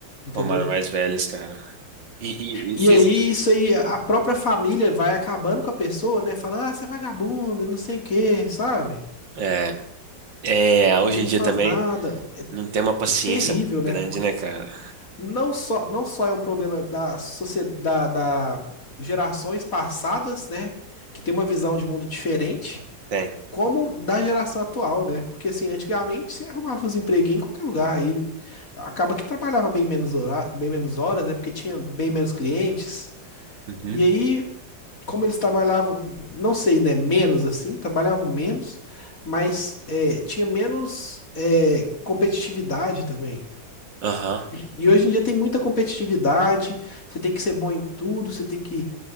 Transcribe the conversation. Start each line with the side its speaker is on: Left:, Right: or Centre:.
Left: entendeu?
Right: tomaram mais velhas, cara. E, e- e
Left: E
Right: fez.
Left: aí isso aí, a própria família vai acabando com a pessoa, né? Fala, ah, você é vagabundo, e não sei o quê, sabe?
Right: É, é, hoje
Left: Você não
Right: em dia
Left: faz
Right: também
Left: nada. É
Right: não tem uma paciência
Left: terrível,
Right: muito
Left: né?
Right: grande,
Left: Porque
Right: né, cara?
Left: não só, não só é um problema da sociedade, da da gerações passadas, né? Que tem uma visão de mundo diferente
Right: Tem.
Left: como da geração atual, né? Porque assim, antigamente você arrumava uns empreguinhos em qualquer lugar, aí acaba que trabalhava bem menos hora, bem menos horas, né? Porque tinha bem menos clientes.
Right: Uhum.
Left: E aí, como eles trabalhavam, não sei, né? Menos assim, trabalhavam menos, mas é, tinha menos é, competitividade também.
Right: Aham.
Left: E hoje em dia tem muita competitividade, você tem que ser bom em tudo, você tem que